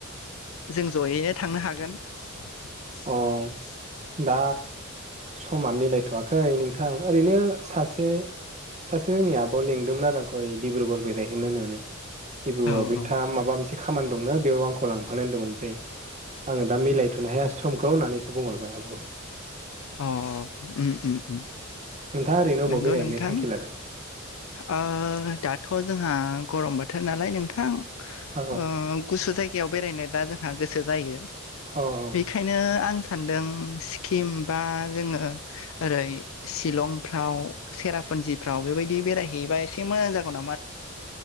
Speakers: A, on the left; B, on the right.
A: जों जयैनो थांनो हागोन। <unintelligible>
B: औ
A: <inaudible>
B: दा समा मिलायथ'वाखै नोंथां ओरैनो सासे सासे जोंनि आब'आव लेंदोंमोन आरो आंखौ ओरै डिब्रिगर बेरायहैनो होननानै डब्रिगरआव
A: औ
B: बिथांङा
A: औ
B: माबा मोनसे खामानि दंना बेयाव आंखौ लांफानो होन्दोंमोन। ओमफ्राय आङो दा मिलायथ'नो हायासै। समखौ होननानैसो बुंहरबाय आबौखौ।
A: अ-अ उम-उम-उम
B: नोंथाङा ओरैनो
A: नंगौ
B: अबाव बेरायहैनो
A: नोंथां।
B: थांखि लादों
A: ओ दाथ' जोंहा गरम बोथोर नालाय नोंथां। ओ
B: औ
A: गुसु जायगायाव बेरायनो दा जोंहा गोसो जायो।
B: अ अह।
A: ओंखायनो आं सान्दों सिकिम बा जोङो ओरै शिलंफ्राव सेरापुन्जिफ्राव बेबायदि बेरायहैयोबा एसे मोजां जागौ नामा